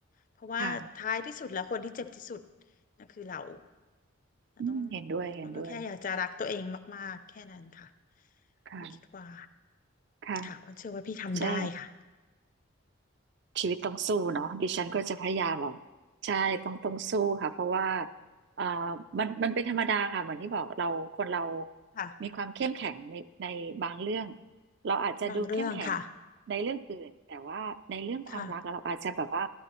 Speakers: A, on the left; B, on the right.
A: เพราะว่าท้ายที่สุดแล้วคนที่เจ็บที่สุด
B: ค่ะ
A: นั่นคือเราเราต้อง
B: อืมเห็นด้วยเห็นด้วย
A: อ้นก็แค่อยากจะรักตัวเองมากๆแค่นั้นค่ะ
B: ค่ะ
A: อ้นคิดว่า
B: ค่ะ
A: ค่ะอ้นเชื่อว่าพี่ทำได้ค่ะ
B: ใช่ ชีวิตต้องสู้เนาะดิฉันก็จะพยายามแบบใช่ต้องต้องสู้ค่ะเพราะว่าเอ่อมันมันเป็นธรรมดาค่ะเหมือนที่บอกเราคนเรา
A: ค่ะ
B: มีความเข้มแข็งในในบางเรื่องเราอาจจะดูเข้มแข็ง
A: บางเรื่องค่ะ
B: ในเรื่องอื่นแต่ว่าในเรื่องความรักอะเราอาจจะแบบว่า
A: ค่ะ